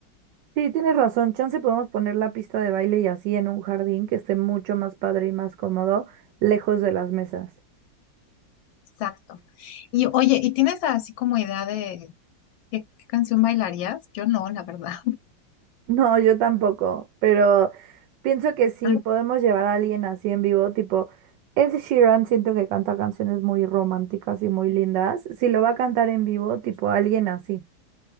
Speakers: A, on the right (about 70°); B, on the left (about 80°).
A: Sí, tienes razón. Chance podemos poner la pista de baile y así en un jardín que esté mucho más padre y más cómodo, lejos de las mesas. <laughs>
B: Exacto. Y oye, ¿y tienes así como idea de qué, qué canción bailarías? Yo no, la verdad. <laughs>
A: No, yo tampoco, pero pienso que sí,
B: Ah,
A: podemos llevar a alguien así en vivo, tipo Ed Sheeran, siento que canta canciones muy románticas y muy lindas. Si lo va a cantar en vivo, tipo alguien así.